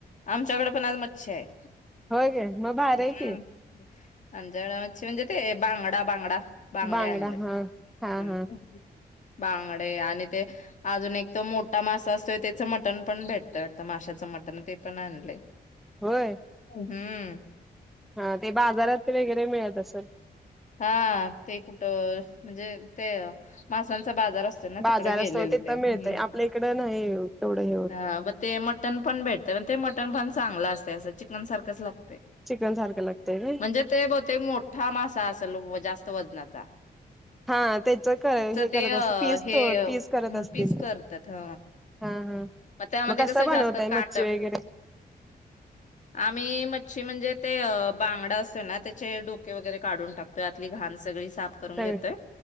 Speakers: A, on the left (about 50°); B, in the centre.
A: आमच्याकडे पण आज मच्छी हाय.
B: होय काय मग भारी
A: हम्म.
B: आहे की
A: अंजळाच म्हणजे ते बांगडा बांगडा. बांगडे
B: बांगडा
A: आणलेत.
B: हा हा
A: हम्म
B: हा.
A: बांगडे आणि ते अजून एक तो मोठा मासा असतोय त्याचं मटण पण भेटत, माशाचं मटण ते पण आणले.
B: होय.
A: हम्म.
B: हा ते बाजारात ते वगैरे मिळत असल?
A: हा ते कुठं म्हणजे ते मासां चा बाजार असतोय ना
B: बाजार
A: तिकडे गेलेले
B: असतो तिथं
A: ते. हम्म
B: मिळतय आपल्या इकडं नाही एवढं हे होत
A: आ म ते मटण पण भेटते पण मटण बन चांगलं असत असं चिकनसारखंच लागत.
B: चिकन सारखं लागतय व्हय
A: म्हणजे ते बहुतेक मोठा मास आ असल ओ जास्त वजनाचा.
B: हां त्याच क हे
A: ते
B: करत
A: अ
B: अस पीस
A: हे
B: क पीस करत असतील.
A: पीस करतात ह.
B: हा हा.
A: मग त्यामध्ये
B: कसा
A: कस
B: बनवताय
A: जास्त का,
B: मच्छी वगैरे
A: आम्ही मच्छी म्हणजे ते बा बांगडा असतो ना त्याचे डोके वगैरे काढून टाकतोय आतली घाण सगळी साफ करून
B: सगळ
A: घेतोय.